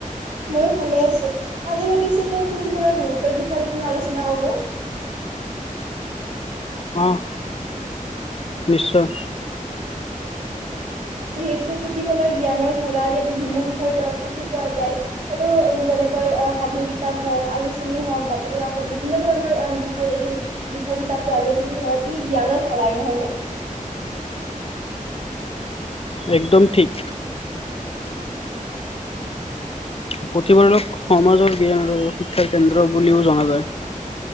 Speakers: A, on the right; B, on the left.
A: ময়ো ভালে আছো, আজি ভাবিছিলো পুথিভঁৰালৰ গুৰুত্বৰ বিষয়ে অলপ আলোচনা কৰো
B: অ নিশ্চয়
A: যিহেতু পুথিভঁৰাল জ্ঞানৰ ভঁৰাল ইয়াত বিভিন্ন বিষয়ত আ পুথি পোৱা যায়। আৰু উম অ যেনেকৈ সাধুৰ কিতাপ হওক আলোচনী হওক বাতৰি কাকত বিভিন্ন ধৰণৰ অ বিষয়ে এই বিষয়ৰ কিতাপ পোৱা যায় পুথিভঁৰালৰ ই জ্ঞানৰ ভঁৰাল আৰু নহয় নে?
B: একদম ঠিক
A: <inaudible>
B: পুথিভঁৰালক সমাজৰ জ্ঞান আৰু শিক্ষাৰ কেন্দ্ৰ বুলিও জনা যায়।